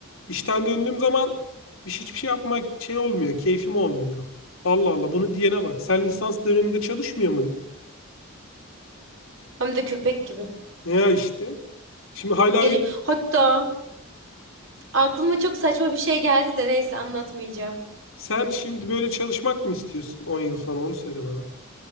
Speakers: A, on the left (about 70°); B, on the right (about 60°).
A: İşten döndüğüm zaman hiç- hiçbir şey yapmak şey olmuyor, keyfim olmuyor. Allah Allah bunu diyene bak. Sen lisans döneminde çalışmıyor muydun?
B: hem de köpek gibi.
A: Ya işte. Şimdi hala
B: Gece
A: öyle.
B: hatta aklıma çok saçma bir şey geldi de neyse anlatmayacağım.
A: Sen şimdi böyle çalışmak mı istiyorsun 10 yıl sonra onu söyle bana.